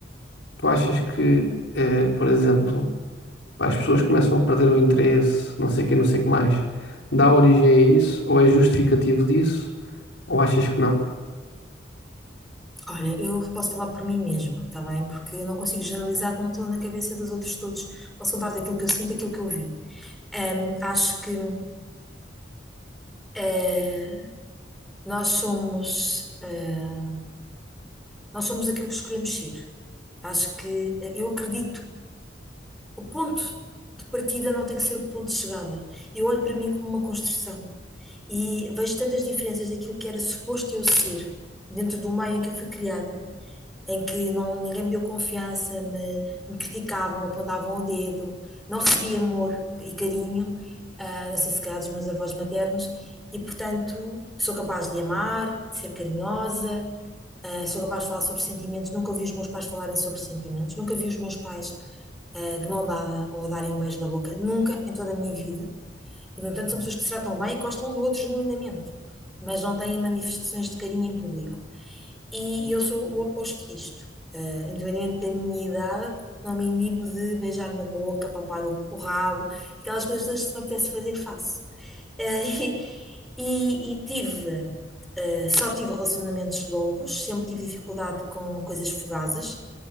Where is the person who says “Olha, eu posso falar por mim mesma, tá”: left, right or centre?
Centre